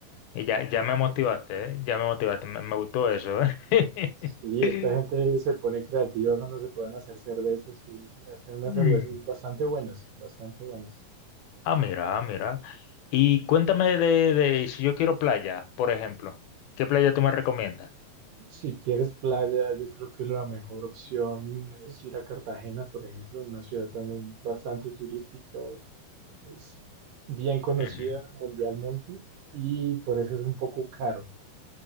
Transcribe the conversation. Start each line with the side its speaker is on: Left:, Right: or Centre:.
Left: Y ya, ya
Right: Ok.
Left: me motivaste, ¿eh? Ya me motivaste, me, me gustó eso, ¿eh?
Right: Sí,
Left: <laughs>
Right: esta gente se pone creativa cuando se pueden hacer cervezas y hacen unas
Left: Mm.
Right: cervezas bastante buenas, bastante buenas.
Left: Ah, mira, ah, mira. Y cuéntame de, de si yo quiero playa, por ejemplo. ¿Qué playa tú me recomiendas?
Right: Si quieres playa, yo creo que la mejor opción es ir a Cartagena, por ejemplo, una ciudad también bastante turística, es bien conocida
Left: Ujú.
Right: mundialmente y por eso es un poco caro.